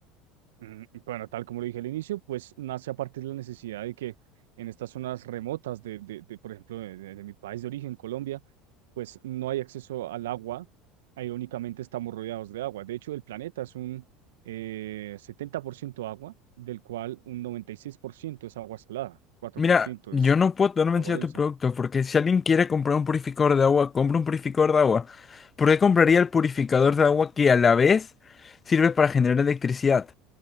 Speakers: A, on the right; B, on the left.
A: Mm, y Bueno, tal como lo dije al inicio, pues nace a partir de la necesidad de que en estas zonas remotas de, de, de, por ejemplo, de, de- de mi país de origen, Colombia, pues no hay acceso al agua, ah, irónicamente estamos rodeados de agua. De hecho, el planeta es un eh, 70% agua, del cual un 96% es agua salada, 4%
B: Mira, yo
A: es
B: no puedo dar mención
A: agua dulce.
B: a tu producto porque si alguien quiere comprar un purificador de agua, compra un purificador de agua. ¿Por qué compraría el purificador de agua que a la vez sirve para generar electricidad?